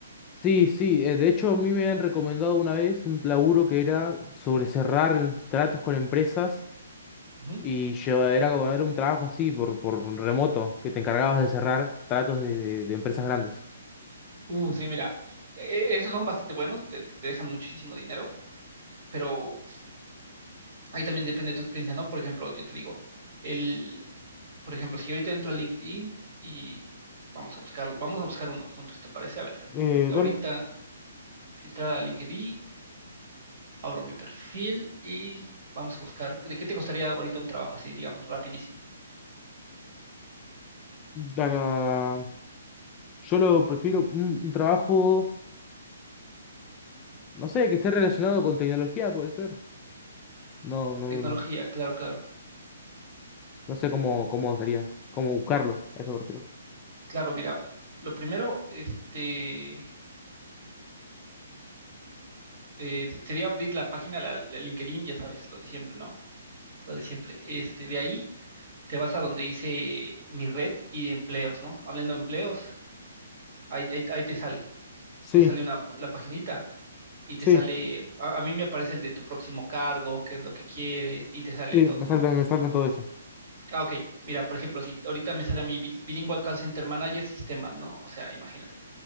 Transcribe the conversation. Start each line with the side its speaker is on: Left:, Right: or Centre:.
Left: Sí, sí. eh, de hecho, a mí me han recomendado una vez un laburo que era sobre cerrar tratos con empresas.
Right: Ujú.
Left: Y lleva- era como era un trabajo así por, por remoto, que te encargabas de cerrar tratos de, de de empresas grandes.
Right: Uh, sí, mira, e- esos son bastante buenos, te te dejan muchísimo dinero, pero... ahí también depende de tu experiencia, ¿no? Por ejemplo, yo te digo, el, por ejemplo, si yo ahorita entro a LinkedIn y vamos a buscar, vamos a buscar uno juntos, ¿te parece? A ver,
Left: Eh,
Right: ahorita,
Left: dale.
Right: si entrar a LinkedIn, abro mi perfil y vamos a buscar, ¿de qué te gustaría ahorita un trabajo así, digamos, rapidísimo?
Left: Acá. Yo lo prefiero un, un trabajo, no sé, que esté relacionado con tecnología, puede ser. No, no,
Right: Tecnología,
Left: no. No
Right: claro, claro.
Left: No sé cómo, cómo sería, cómo buscarlo. a Eso prefiero
Right: Claro, mira, lo primero, este, eh, sería abrir la página, la, la LinkedIn, ya sabes, lo de siempre, ¿no? Lo de siempre. Este, de ahí te vas a donde hice mi red y empleos, ¿no? Hablando de empleos, ahí, ahí- ahí te sale,
Left: Sí,
Right: te sale una, la paginita y
Left: sí,
Right: te sale, a, a mí me aparece el de tu próximo cargo, qué es lo que quieres y te sale
Left: sí,
Right: el todo,
Left: me
Right: ¿no?
Left: saltan, me saltan todo eso.
Right: Ah, ok, mira, por ejemplo, si ahorita me sale a mi Bilingual Call Center Manager Sistemas, ¿no? O sea, imagínate.